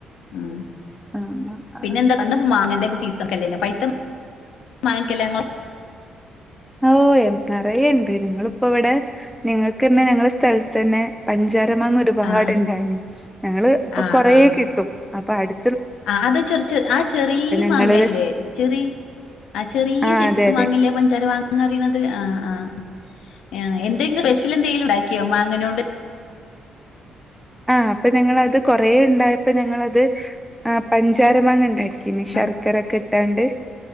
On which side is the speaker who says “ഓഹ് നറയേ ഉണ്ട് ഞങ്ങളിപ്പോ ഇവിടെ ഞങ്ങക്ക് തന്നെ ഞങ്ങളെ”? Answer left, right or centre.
Centre